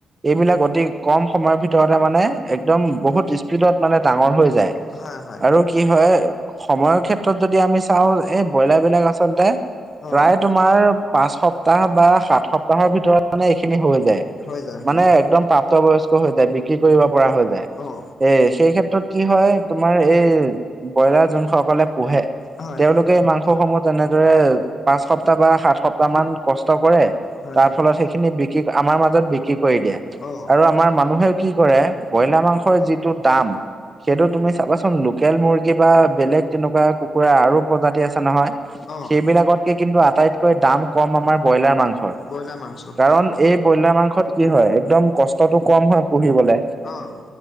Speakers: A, on the right; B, on the left.
A: এইবিলাক অতি কম সময় ভিতৰতে মানে একদম বহুত স্পীডত মানে ডাঙৰ হৈ যায়।
B: হয় হয়
A: আৰু কি হয় সময়ৰ ক্ষেত্ৰত তত যদি আমি চাওঁ, এই ব্ৰইলাৰ বিলাক আচলতে
B: অ
A: প্ৰায় তোমাৰ পাঁচ সপ্তাহ বা সাত সপ্তাহ সপ্তাহৰ ভিতৰত মানে এইখিনি হৈ যায়,
B: হৈ যায় হৈ
A: মানে
B: যায়
A: একদম প্ৰাপ্তবয়স্ক হৈ যায় বিক্ৰী কৰিব পৰা হৈ যায়।
B: অ
A: এ সেই ক্ষেত্ৰত কি হয়, তোমাৰ এই ব্ৰইলাৰ যোন সকলে পোহে
B: হয়।
A: তেওঁলোকে এই মাংসসমূহ তেনেদৰে পাঁচ সপ্তাহ বা সাত সপ্তাহ মান কষ্ট কৰে।
B: হয়।
A: তাৰ ফলত সেইখিনি বিক্ৰী ক আমাৰ মাজত বিক্ৰী কৰি দিয়ে
B: অ'।
A: আ আৰু আমাৰ মানুহেও কি কৰে, ব্ৰইলাৰ মাংসৰ যিটো দাম সেইটো তুমি চাবাচোন লোকেল মুৰ্গী বা বেলেগ তেনেকুৱা কুকুৰাৰ আৰু প্ৰজাতি আছে নহয়,
B: অ',
A: সেইবিলাকতকে কিন্তু আটাইতকৈ দাম কম আমাৰ ব্ৰইলাৰ মাংস। হয়।
B: ব্ৰইলাৰ মাংস
A: কাৰণ এই ব্ৰইলাৰ মাংসত কি হয়? একম কষ্টত টো কম হয় পঢ়িবলে,
B: অ',